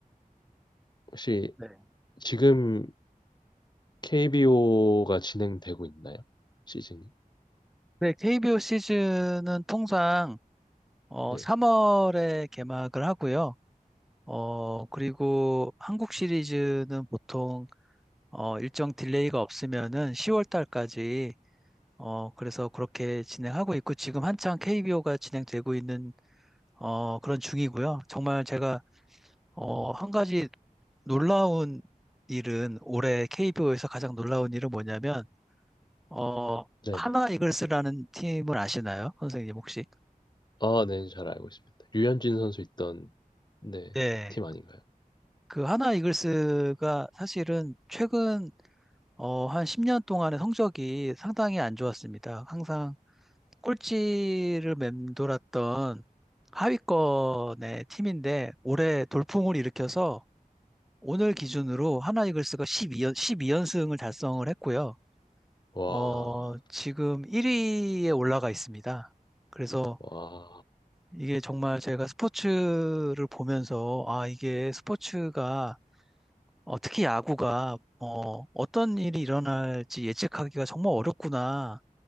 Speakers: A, on the left (about 30°); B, in the centre.
A: 혹시
B: 네.
A: 지금 KBO가 진행되고 있나요? 시즌이?
B: 네, KBO 시즌은 통상 어,
A: 네.
B: 3월에 개막을 하고요. 어, 그리고 한국 시리즈는 보통 어, 일정 딜레이가 없으면은 10월 달까지 어, 그래서 그렇게 진행하고 있고 지금 한창 KBO가 진행되고 있는 어, 그런 중이고요. 정말 제가 어, 한 가지 놀라운 일은 올해 KBO에서 가장 놀라운 일은 뭐냐면 어,
A: 네네.
B: 하나 이글스라는 팀을 아시나요? 선생님 혹시?
A: 아, 네, 잘 알고 있습니다. 류현진 선수 있던, 네,
B: 네.
A: 팀 아닌가요?
B: 그 하나 이글스가 사실은 최근 어, 한 10년 동안의 성적이 상당히 안 좋았습니다. 항상 꼴찌를 맴돌았던 하위권의 팀인데 올해 돌풍을 일으켜서 오늘 기준으로 하나 이글스가 12연, 연승을 달성을 했고요.
A: 와,
B: 어, 지금 1위에 올라가 있습니다. 그래서
A: 와,
B: 이게 정말 제가 스포츠를 보면서 아, 이게 스포츠가 어, 특히 야구가 어, 어떤 일이 일어날지 예측하기가 정말 어렵구나.